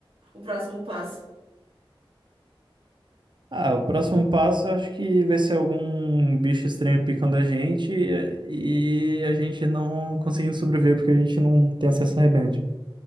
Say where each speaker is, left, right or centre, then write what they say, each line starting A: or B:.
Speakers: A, on the right (about 80°); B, on the right (about 55°).
A: o próximo passo?
B: ah, o próximo passo eu acho que vai ser algum bicho estranho picando a gente e e a gente não conseguindo sobreviver porque a gente não tem acesso a remédio.